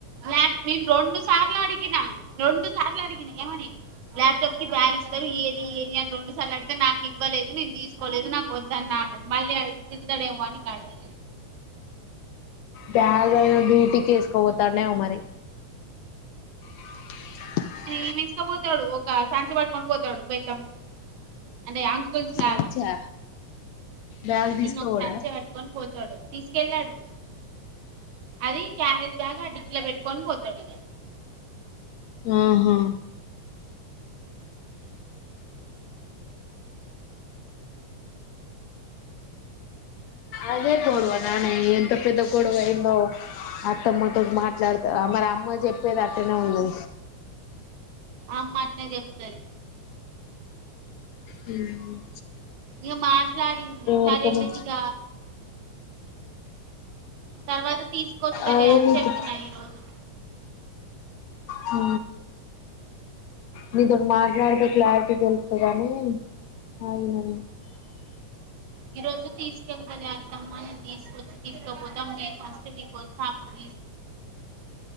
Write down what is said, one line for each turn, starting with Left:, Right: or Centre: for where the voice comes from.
Right: లాక్మి రెండు సార్లు అడిగిన నేను రెండు సార్లు అడిగిన ఏమని ల్యాప్టాప్ కి బ్యాగ్ ఇస్తారు ఏది ఏది అని రెండు సార్లు అడిగితే నాకు ఇవ్వలేదు నేను తీసుకోలేదు నాకు వద్దన్న అన్నాడు మళ్ళీ అడిగితే తిడుతడేమో అని ఇగ అడగలేదు
Left: బ్యాగ్ ఆయన డ్యూటికి వేసుకోపోతాడ్ నేమో మరి <inaudible>
Right: ఏంఎసుకపోతాడు ఒక సంచి పట్టుకొని పోతాడు పోయేటప్పుడు అంటే అ అంకుల్స్
Left: సంచా
Right: లాగా
Left: బ్యాగ్ తీసుకోపోడా
Right: ఒక సంచి కట్టుకొని పోతాడు తీసుకు కెళ్ళాడు అది క్యారేజ్ బ్యాగ్ ఆ డిక్లో పెట్టుకొని పోతాడు ఇగ
Left: ఆహా అదే గొడవననే ఎంత పెద్ద గొడవైందో అత్తమ్మాతో మాట్లాడత మరి అమ్మ చెప్పేది అట్టనే ఉంది
Right: అమ్మ అట్నే చెప్తది
Left: హ్మ్
Right: ఇగ మాట్లాడింది సరేలే
Left: ఎరుకమ్మా
Right: ఇగ తర్వాత తీసుకొస్తలే
Left: అదే
Right: అని
Left: నీతో
Right: చెప్పినా ఈరోజు
Left: హ నీతోటి మాట్లాడితే క్లారిటీ తెలుత్తదనీ ఆగిన నీను అ
Right: ఈ రోజు తీసుకెళ్తలే అత్తమ్మ నీను తీసుకొచ్చి తీసుకోపోతాం మే ఫస్ట్ వీక్ వత్తా అపుడు